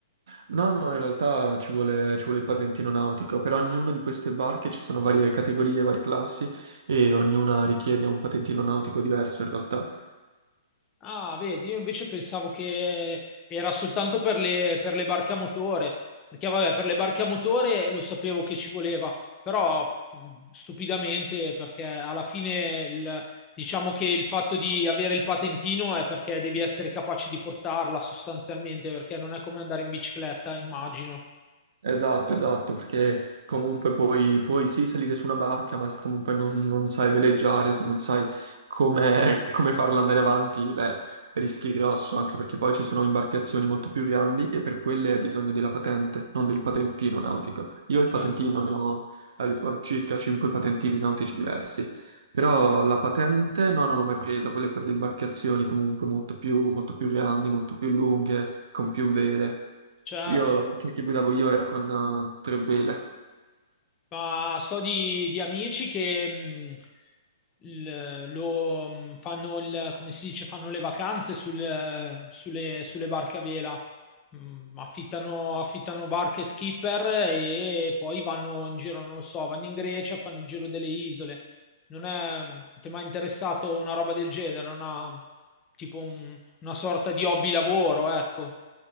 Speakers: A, on the right; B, on the left.
A: No, no, in realtà ci vuole, ci vuole il patentino nautico. Per ognuna di queste barche ci sono varie categorie, varie classi e ognuna richiede un patentino nautico diverso in realtà.
B: Ah, vedi, io invece pensavo che era soltanto per le, per le barche a motore, perché vabbè, per le barche a motore lo sapevo che ci voleva, però mh, stupidamente, perché alla fine il- diciamo che il fatto di avere il patentino è perché devi essere capace di portarla sostanzialmente, perché non è come andare in bicicletta, immagino.
A: Esatto, esatto, perché comunque puoi, puoi sì salire su una barca, ma se comunque non, non sai veleggiare, se non sai come, come farla andare avanti, beh, rischi grosso, anche perché poi ci sono imbarcazioni molto più grandi e per quelle hai bisogno della patente, non del patentino nautico. Io il
B: Cioè,
A: patentino ne ho, avevo circa 5 patentini nautici diversi, però la patente no, non l'ho mai presa, quelle per le imbarcazioni comunque molto più, molto più grandi, molto più lunghe, con più vele.
B: certo.
A: Io la macchina che guidavo io era con eh, tre vele.
B: Ma so di, di amici che mh, il- lo, mh, fanno il, come si dice, fanno le vacanze sul- sulle, sulle barche a vela. Mh, affittano, affittano barche skipper e poi vanno in giro, non lo so, vanno in Grecia, fanno il giro delle isole. Non è, ti è mai interessato una roba del genere? Una, tipo un- una sorta di hobby lavoro, ecco.